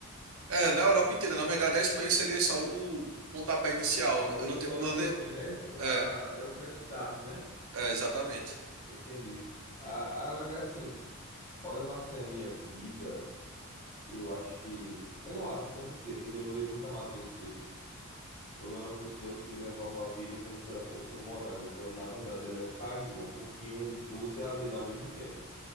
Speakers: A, on the right (about 70°); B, on the left (about 30°).
A: É, na Europa inteira, na verdade, a Espanha seria só o pontapé inicial.
B: E Só o,
A: Eu não tenho
B: só
A: plane...
B: o estopim, né? Só para
A: É,
B: é o fresh start, né?
A: é, exatamente.
B: Entendi. Ah, agora que é assim, olhando assim a minha vida, eu acho que eu não acho, eu tenho certeza, eu demorei muito a amadurecer. Eu era uma pessoa que levava a vida como se ela fosse um morango, quando na verdade ela é um caju, é um pouquinho doce e azedo ao mesmo tempo.